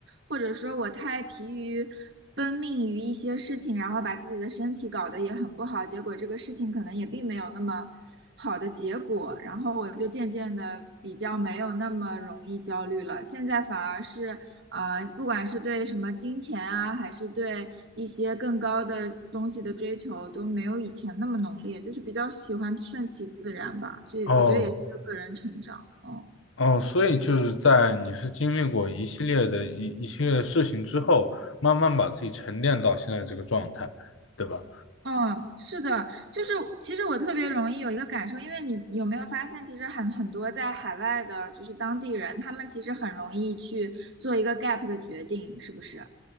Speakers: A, on the right; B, on the left.
A: 或者说我太疲于奔命于一些事情，然后把自己的身体搞得也很不好，结果这个事情可能也并没有那么好的结果，然后我就渐渐的比较没有那么容易焦虑了。现在反而是呃，不管是对什么金钱啊，还是对一些更高的东西的追求，都没有以前那么浓烈，就是比较喜欢顺其自然吧。这我觉得也是个个人成长，
B: 哦，
A: 嗯。
B: 哦，所以就是在你是经历过一系列的一一系列的事情之后，慢慢把自己沉淀到现在这个状态，对吧？
A: 嗯，是的，就是其实我特别容易有一个感受，因为你有没有发现，其实很很多在海外的，就是当地人，他们其实很容易去做一个 gap 的决定，是不是？